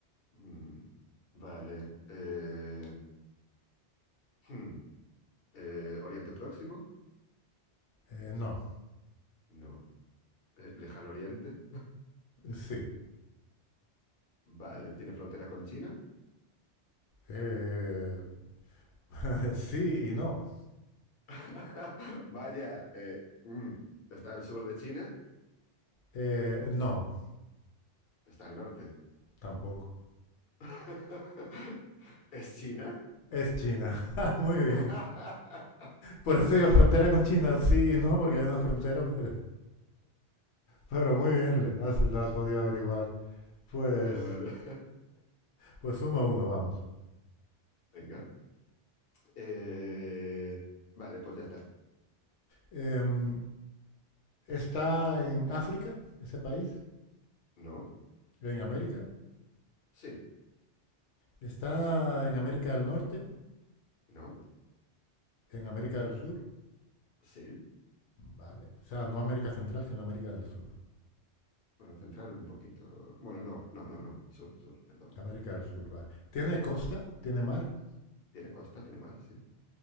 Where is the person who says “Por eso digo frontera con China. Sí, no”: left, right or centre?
Left